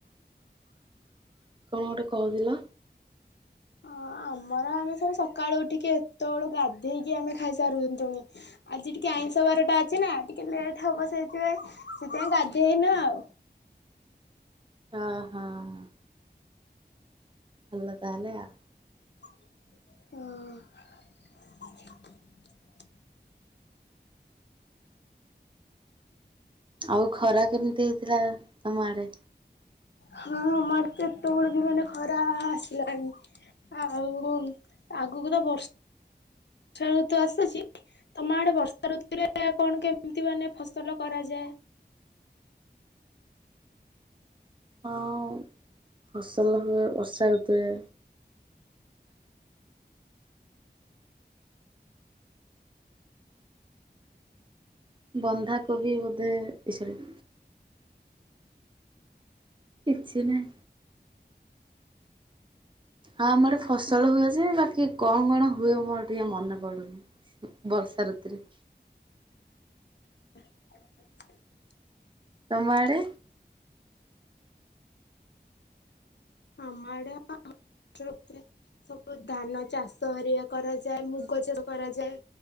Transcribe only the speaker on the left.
ହଁ ଆମର ଆମେ ସବୁ ସକାଳୁ ଉଠିକି ଏତ ବେଳୁ ଗାଧେଇକି ଆମେ ଖାଇସାରୁନ୍ତୁଣି। ଆଜି ଟିକେ ଆଇଁଷ ବାର ଟା ଅଛି ନା, ଟିକେ ଲେଟ ହବ ସେଇଥିପାଇଁ, ସେଥିପାଇଁ ଗାଧେଇନୁ ଆଉ।
<unintelligible> ହଁ ଅଁ
ହଁ ଆମର କେତେବେଳୁ ବି ମାନେ ଖରା ଆସିଲାଣି, ଆଉ ଆଗୁକୁ ତ ବର୍ଷା <inaudible> ବର୍ଷା ଋତୁ ଆସୁଛି। ତମ ଆଡେ ବର୍ଷା ଋତୁରେ କଣ କେମିତି ମାନେ ଫସଲ କରାଯାଏ?
<inaudible>
ଆମ ଆଡ଼େ ହଁ ବର୍ଷା ଋତୁରେ ସବୁ ଧାନ ଚାଷ ହାରିକା କରାଯାଏ, ମୁଗ ଚାଷ କରାଯାଏ।